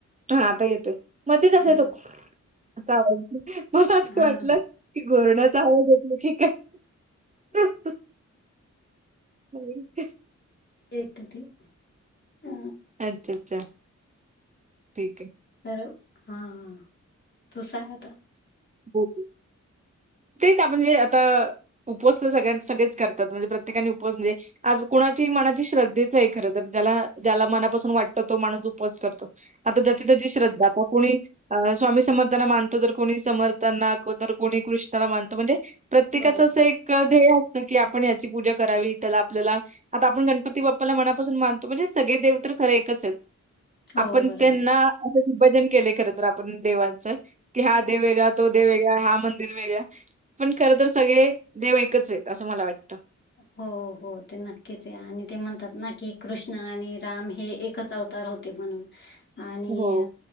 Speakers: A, on the right; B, on the left.
A: हा आता येतोय मध्येच अस
B: हां
A: येतो <unintelligible> आहे तो अस आवड मला ते
B: हां.
A: वाटलं कि घोरण्याचा आवाज येतोय की काय नाही
B: तेट ते अ
A: अच्छा अच्छा ठीक आहे
B: हॅलो हा हा तू सांग आता
A: हो तेच आपणे आता उपोस तर सगळ्यां सगळेच करतात म्हणजे प्रत्येकाने उपोस म्हणजे आज कुणाची मनाची श्रद्धेच आहे खर तर ज्याला ज्याला मनापासून वाटत तो माणूस उपज करतो आता ज्याची त्याची श्रद्धा आता कोणी अ स्वामी समर्थांना मानतो तर कोणी समर्थांना तर कोणी कृष्णाला मानतो म्हणजे प्रत्येकाचं
B: बरोबर
A: असं एक ध्येय असतं की आपण याची पूजा करावी त्याला आपल्याला आता आपण गणपती बाप्पाला मनापासून मानतो म्हणजे सगळे देव तर खरे एकच आहेत
B: हो
A: आपण
B: बरोबर
A: त्यांना असं विभजन केले खरंत आपण देवांचं कि हा
B: आहे
A: देव वेगळा तो देव वेगळा हा मंदिर वेगळा पण खर तर सगळे देव एककच आहेत असं मला वाटतं
B: हो हो ते नक्कीच आहे आणि ते म्हणतात ना की कृष्ण आणि राम हे एकच अवतार होत म्हणून आणि
A: हो,